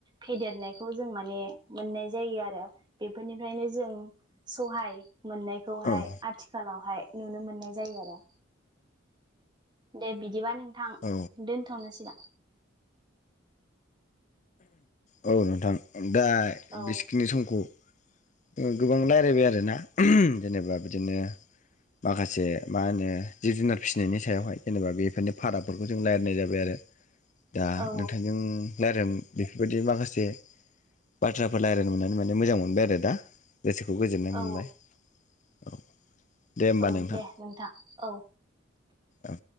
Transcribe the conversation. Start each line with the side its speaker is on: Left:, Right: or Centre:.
Right: फेदेरनायखौ जों माने मोननाय जा- यो आरो बेफोरनिफ्रायनो जों सहाय मोननायखौहाय
Left: औ
Right: आथिखालावहाय नुनो मोननाय जायो आरो दे बिदिबा नोंथां
Left: औ
Right: दोनथ'नोसै ना
Left: औ नोंथां दा
Right: औ
Left: बिसेखिनि समखौ ओ गोबां रायलायबाय आरोना जेनेबा बिदिनो माखासे मा होनो जिब जुनार फिसिनायनि सायावहाय जेनेबा बेफोरनि फारागफोरखौ जों रायलायनाय जाबाय आरो दा
Right: औ
Left: नोंथांजों रायलाय बेफोरबायदि माखासे बाथ्राफोर रायलायनो मोननानै माने मोजां मोनबाय आरो दा गोसोखौ गोजोननाय मोनबाय
Right: औ
Left: औ दे होमबा
Right: औ
Left: नोंथां
Right: दे औ
Left: औ